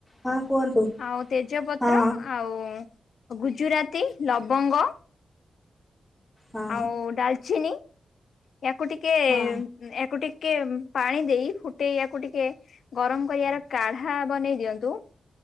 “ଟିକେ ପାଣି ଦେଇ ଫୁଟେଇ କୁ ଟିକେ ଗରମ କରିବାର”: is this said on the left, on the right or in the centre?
Left